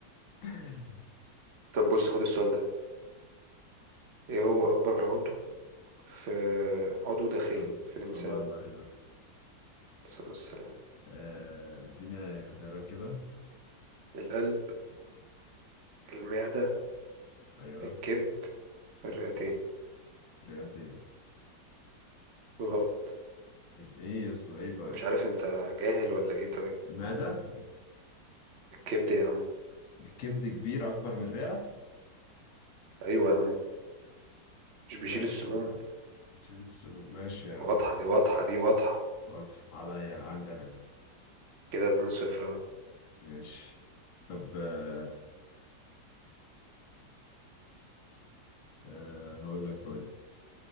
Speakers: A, on the left (about 50°); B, on the right (about 50°).
A: <laughs>
B: طب بص خد السؤال ده ايه هو اكبر عضو في عضو داخلي
A: صل-
B: في الانسان
A: صلى
B: عليه
A: على النبي بس
B: الصلاة والسلام
A: آه، اديني اختيارات كده
B: القلب المعده
A: ايوه
B: الكبد الرئتين
A: كرياتين
B: غلط
A: ايه يس ايه طيب
B: مش عارف انت جاهل ولا ايه طيب
A: المعدة
B: الكبد يا عم
A: الكبد كبير أكبر من الرئة
B: ايوه يا عم مش بيشيل
A: ماشي
B: السموم
A: يا شيل السموم ماشي يا عم
B: واضحه دي واضحه دي واضحه
A: واضح عليا عندنا دي
B: كده 2-0 اهو
A: ماشي طب آه آه هقول لك طيب